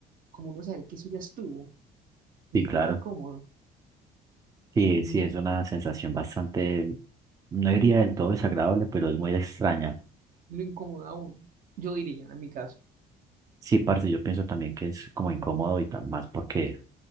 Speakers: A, on the right; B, on the right.
A: como uno saber que eso ya estuvo, se
B: Sí,
A: siente
B: claro,
A: uno incómodo,
B: sí,
A: no
B: sí,
A: sé,
B: es una sensación bastante, no diría del todo desagradable, pero es muy extraña.
A: lo incomoda a uno, yo diría en mi caso,
B: Sí, parce, yo pienso también que es como incómodo y tan más porque,